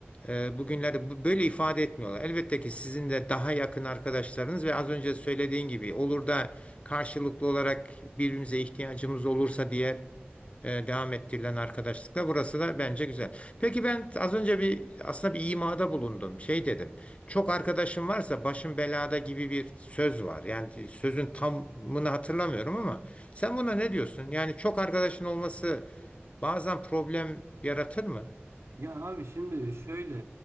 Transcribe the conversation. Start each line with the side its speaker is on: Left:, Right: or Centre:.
Left: e, bugünlerde bu- böyle ifade etmiyorlar. Elbette ki sizin de daha yakın arkadaşlarınız ve az önce söylediğin gibi olur da karşılıklı olarak birbirimize ihtiyacımız olursa diye e, devam ettirilen arkadaşlıkla. Burası da bence güzel. Peki ben az önce bir aslında bir imada bulundum. Şey dedim. Çok arkadaşım varsa başım belada gibi bir söz var. Yani sözün tamını hatırlamıyorum ama sen buna ne diyorsun? Yani çok arkadaşın olması bazen problem yaratır mı?
Right: Ya abi şimdi şöyle